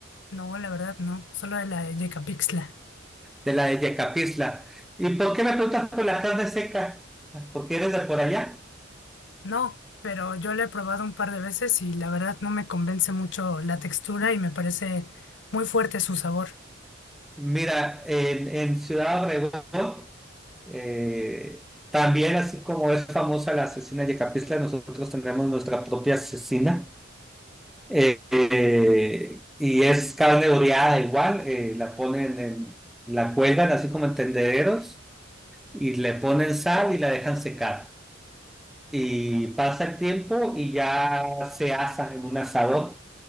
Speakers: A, on the left; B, in the centre.
A: No, la verdad no. Solo de la de Yecapixtla.
B: de la de Yecapixtla. ¿Y por qué me preguntas por la carne seca? Porque eres de por allá.
A: No, pero yo la he probado un par de veces y la verdad no me convence mucho la textura y me parece muy fuerte su sabor.
B: Mira, en, en Ciudad Obregón, eh, también así como es famosa la asesina Yecapixtla, nosotros tenemos nuestra propia asesina. eh, eh, y es carne oreada igual, eh, la ponen en, la cuelgan así como en tendederos y le ponen sal y la dejan secar. Y pasa el tiempo y ya se asa en un asador.